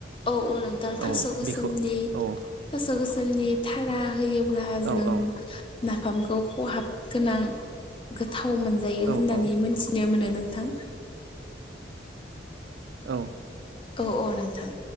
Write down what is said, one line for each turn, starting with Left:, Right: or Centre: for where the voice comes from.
Left: औ औ नोंथां थास'
Right: औ
Left: गोसोमनि
Right: बेखौ औ
Left: थास' गोसोमनि थारा होयोब्ला
Right: औ
Left: जों
Right: औ
Left: नाफामखौ खहाब गोनां गोथाव मोनजायो
Right: औ
Left: होननानै
Right: औ
Left: मोनथिनो मोनो। नोंथां
Right: औ
Left: औ औ नोंथां